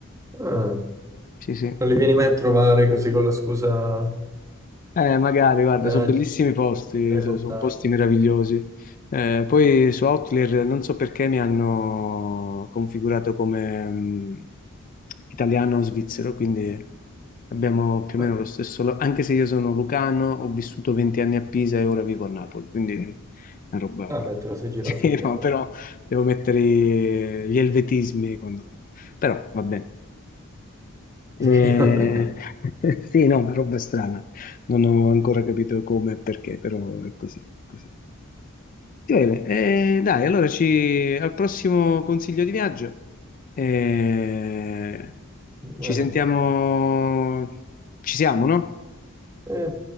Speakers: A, on the right; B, on the left.
A: Ah,
B: Sì, sì.
A: non li vieni mai a trovare così con la scusa
B: Eh, magari, guarda,
A: viaggi,
B: sono bellissimi posti,
A: delle
B: sono,
A: montagne.
B: posti meravigliosi. Eh, poi su Outlier non so perché mi hanno configurato come mh, italiano o svizzero, quindi abbiamo più
A: Ah,
B: o meno lo stesso... lo- Anche se io sono lucano, ho vissuto 20 anni a Pisa e ora vivo a Napoli, quindi è una roba...
A: ah, beh,
B: <laughs>
A: te la sei girato
B: Sì,
A: un po'.
B: no, però devo mettere gli elvetismi quando... Però va bene. Eh,
A: <laughs> Vabbè.
B: <laughs> sì, no, una roba strana. Non ho ancora capito come e perché, però è così, è così. Bene, eh, dai, allora ci... al prossimo consiglio di viaggio. Eh,
A: Eh,
B: ci sentiamo... Ci siamo, no?
A: Eh,